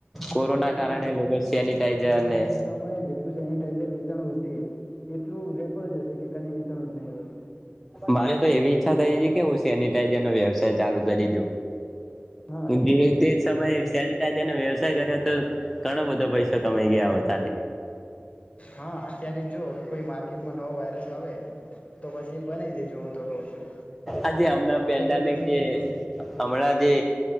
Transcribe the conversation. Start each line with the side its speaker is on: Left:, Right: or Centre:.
Centre: કોરોના
Left: હા
Centre: કારણે લોકો સેનિટાઈઝર ને
Left: એ સમયે જેટલું સેનિટાઈઝર વેચાણું હશે એટલું રેકોર્ડ જ હશે કે કદી વેચાણું જ નહીં હોય
Centre: મારે તો એવી ઈચ્છા થઈ છે કે હું સેનિટાઈઝર નો વ્યવસાય ચાલુ કરી દઉ
Left: હા અને
Centre: જે
Left: કોવિડ
Centre: તે
Left: નાઇન્ટીન
Centre: સમયે
Left: પણ લાવી
Centre: સેનટાઈઝર
Left: દઉં
Centre: વ્યવસ્થા કર્યા તો ઘણો બધો પૈસાો કમાઈ ગયા હતો.
Left: હા અત્યારે જો કોઈ માર્કેટમાં નવો વાયરસ આવે તો પછી, એક બનાવી દેજો હું તો કહું છું
Centre: આજે હમણાં
Left: પ્રોફિટેબલ
Centre: પેન્ડામિક
Left: થઈ
Centre: જે
Left: જશો.
Centre: હમણાં જે